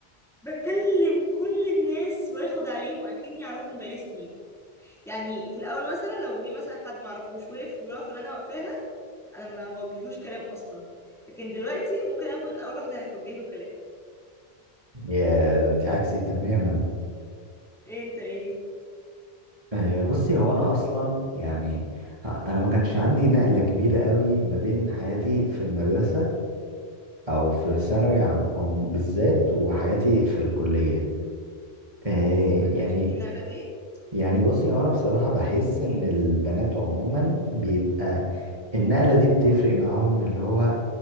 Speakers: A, in the centre; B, on the right.
A: بكلم كل الناس واخد عليهم اكني اعرفهم بقالي سنين يعني في الاول مثلا لو جه مثلا حد معرفوش وقف في الوقفه اللي انا واقفاها انا ما موجهلوش كلام اصلا لكن دلوقتي ممكن انا اكون اول واحده هتوجه له كلام
B: يا ده انت عكسي تماما
A: ايه انت ايه
B: آه، بصي هو انا اصلا يعني ه- انا ما كانش عندي نقلة كبيرة قوي ما بين حياتي في المدرسة او في الثانوي عام أو بالذات وحياتي في الكلية آه
A: ما كانش
B: يعني
A: في النقله دي
B: يعني بصي هو انا بصراحة بحس ان البنات عموما بيبقى النقلة دي بتفرق معاهم اللي هو